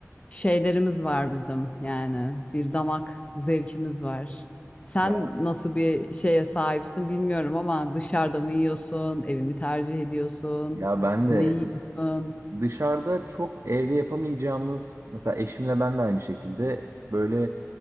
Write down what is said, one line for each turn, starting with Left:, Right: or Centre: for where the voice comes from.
Left: şeylerimiz var bizim yani bir damak zevkimiz var. Sen
Right: Ya
Left: nasıl bir şeye sahipsin bilmiyorum ama dışarıda mı yiyorsun, evimi tercih ediyorsun,
Right: ya ben de
Left: ne yiyorsun?
Right: Dışarıda çok evde yapamayacağımız mesela eşimle ben de aynı şekilde böyle